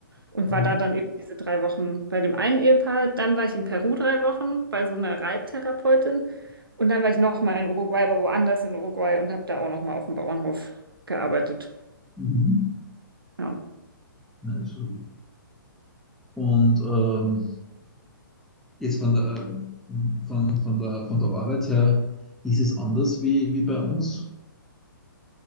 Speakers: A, on the right; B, in the centre.
A: und
B: Mhm.
A: war da dann eben diese drei Wochen bei dem einen Ehepaar, dann war ich in Peru drei Wochen bei so einer Reittherapeutin und dann war ich nochmal in Uruguay, aber woanders in Uruguay und habe da auch nochmal auf dem Bauernhof gearbeitet.
B: Mhm.
A: Ja.
B: Also, und ähm, jetzt von der, ähm, von, von der, von der Arbeit her ist es anders wie, wie bei uns.